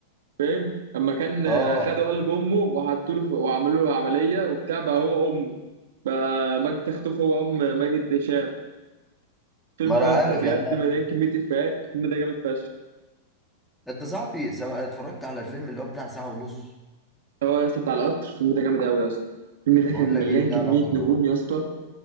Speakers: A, on the right (about 75°); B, in the centre.
A: فاهم لما كان
B: اه
A: آه، خدوا قلب امه وحطوا له في- وعملوا له عمليه وبتاع بقى هو امه بقى مجدي دختوخ هو ام ماجد هشام الفيلم
B: ما انا
A: ده يا
B: عارف
A: اسطى بجد
B: يا عم
A: مليان كميه افيهات الفيلم ده جامد فشخ
B: انت صاحبي سم- اتفرجت على الفيلم اللي هو بتاع ساعه ونص
A: هو يا اسطى بتاع القطر الفيلم ده جامد قوي يا اسطى الفيلم ده
B: بقول
A: كان مليان
B: لك ايه بتاع
A: كميه
B: القطر
A: نجوم
B: اه
A: يا اسطى